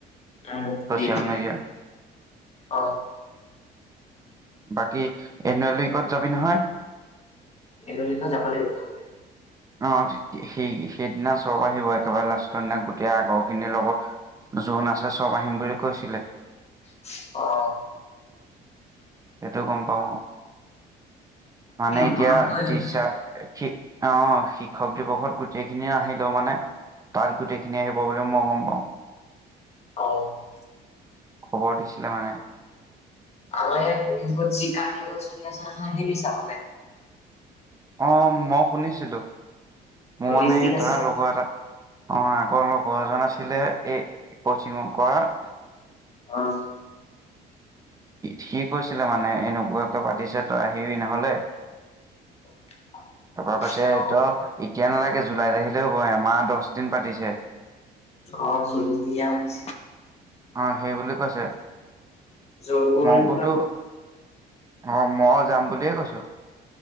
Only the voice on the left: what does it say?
উম
দি দিবি
অ
এনুৱেল উইকত যাব লাগিব। লাগিব।
অ'।
মনত পৰিল।
অ'।
আমাৰ ইয়াত লখিমপুৰ চি কাৰ্ণিভেল চলি আছে নহয়, আহিবি চাবলৈ।
চল্লিশ
দিন আছে।
অ'।
<inaudible>
অ
অ', চল্লিশ দিনীয়া পাতিছে
জলকুঁৱৰী
ওলাব।